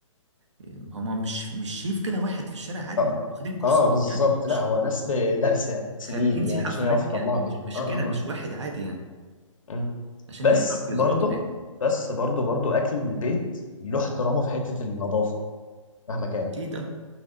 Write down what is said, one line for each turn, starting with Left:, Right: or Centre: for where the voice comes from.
Right: يعني هما مش مش شايف كده واحد في الشارع عادي
Left: اه,
Right: ما هم واخدين كورسات
Left: آه بالظبط
Right: يعني ما مش
Left: لا هو ناس دارسة سنين
Right: خريجين
Left: يعني
Right: سياحة
Left: عشان
Right: وفنادق
Left: يعرفوا يطلعوا
Right: يعني مش
Left: كده
Right: مش
Left: اه اه
Right: كده مش
Left: آه.
Right: واحد عادي يعني
Left: مم.
Right: عشان
Left: بس
Right: يعرف يظبطه
Left: برضه
Right: يعني
Left: بس برضه برضه اكل البيت له احترامه في حته النظافه مهما كان
Right: اكيد اه